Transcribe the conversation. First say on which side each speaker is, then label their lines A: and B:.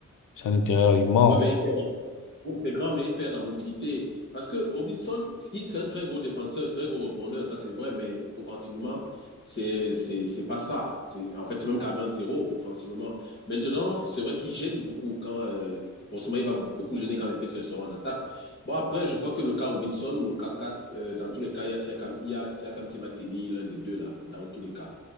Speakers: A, on the left; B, on the left.
A: C'est un intérieur immense.
B: ouais, mais Donc, c'est grand, mais il perd en mobilité. Parce que Robinson, il- c'est un très gros défenseur, très gros rebondeur, ça c'est vrai, mais offensivement, c'est, c'est, c'est pas ça. C'est, en fait, c'est même carrément zéro offensivement. Maintenant, c'est vrai qu'il gêne beaucoup quand, euh, forcément, il va beaucoup gêner quand les PCS seront en attaque. Bon, après, je crois que le cas Robinson ou le cas 4, euh, dans tous les cas, il y a Siakam, il y a Siakam qui va tenir l'un des deux là, dans tous les cas.